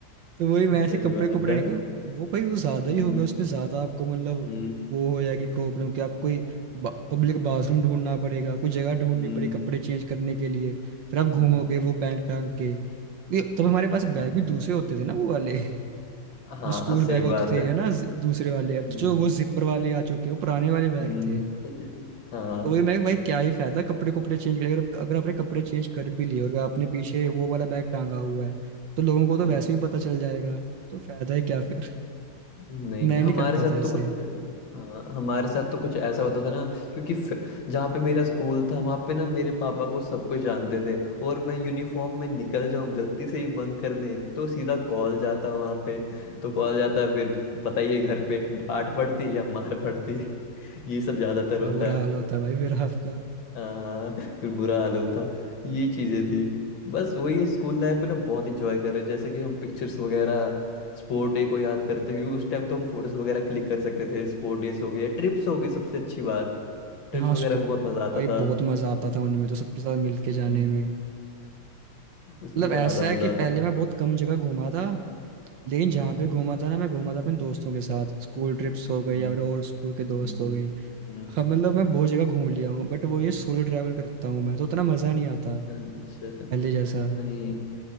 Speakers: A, on the right; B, on the left.
A: तो वही मैं ऐसे
B: सही
A: कपड़े
B: बात
A: कपड़े
B: है
A: नहीं कोई वो भाई वो ज्यादा
B: हम्म
A: ही हो गया उसमें ज्यादा आपको मतलब
B: हम्म
A: वो हो जाएगी प्रॉब्लम कि आपको कोई पब्लिक बाथरूम ढूंढना पड़ेगा कोई जगह ढूंढनी
B: हम्म
A: पड़ेगी कपड़े चेंज करने के लिए फिर आप घूमोगे
B: हम्म,
A: वो बैग टांग के ये तब हमारे पास
B: हम्म,
A: बैग भी दूसरे होते थे ना वो वाले <laughs>
B: हाँ
A: जो स्कूल
B: सही
A: बैग होते
B: बात
A: थे
B: है
A: है ना ज- दूसरे वाले अब
B: हम्म
A: तो जो वो जिपर वाले आ चुके हैं, वो पुराने वाले बैग
B: हम्म,
A: थे
B: <laughs> हाँ
A: तो वही मैं भाई क्या ही फायदा कपड़े कपड़े चेंज करके अगर अगर आपने कपड़े चेंज कर भी लिए और अगर आपने पीछे वो वाला बैग टांगा हुआ है तो लोगों को तो
B: हम्म,
A: वैसे ही पता चल जाएगा तो फायदा ही क्या फिर <laughs>
B: नहीं
A: मैं
B: हमारे
A: नहीं करता
B: साथ
A: था ऐसे
B: तो कुछ हाँ हमारे साथ तो कुछ ऐसा होता था ना क्योंकि फ- जहाँ पे मेरा स्कूल था वहाँ पे ना मेरे पापा को सब कुछ जानते थे और मैं यूनिफॉर्म में निकल जाऊँ गलती से ही बंक करने तो सीधा कॉल जाता वहाँ पे तो कॉल जाता फिर पता ही है घर पे डांट पड़ती या मार पड़ती <laughs> ये सब ज्यादातर होता
A: अब बुरा हाल होता भाई फिर आपका
B: हाँ फिर बुरा हाल होता ये चीजें थी बस वही है स्कूल लाइफ को ना बहुत इंजॉय कर रहे हैं जैसे कि हम पिक्चर्स वगैरह स्पोर्ट डे को याद करते क्योंकि उस टाइम तो हम फोटोज वगैरह क्लिक कर सकते थे स्पोर्ट डेज हो गए ट्रिप्स हो गई सबसे अच्छी बात ट्रिप्स
A: हाँ
B: वगैरह
A: स्कूल
B: में बहुत मजा आता
A: भाई
B: था
A: बहुत मजा आता था उनमें तो सबके साथ मिलके जाने
B: हम्म,
A: में
B: उसमें
A: मतलब
B: ज्यादा
A: ऐसा है
B: मजा
A: कि पहले
B: आता था
A: मैं बहुत कम जगह घूमा था लेकिन
B: हम्म,
A: जहाँ पे घूमा था ना मैं घूमा था अपने दोस्तों के साथ स्कूल ट्रिप्स हो
B: हम्म,
A: गई या फिर और स्कूल के दोस्त
B: हम्म,
A: हो गई
B: हम्म,
A: हाँ मतलब मैं बहुत जगह घूम लिया हूँ बट वो ये सोलो ट्रैवल करता हूँ मैं तो उतना मजा नहीं आता
B: अच्छा
A: पहले जैसा
B: नहीं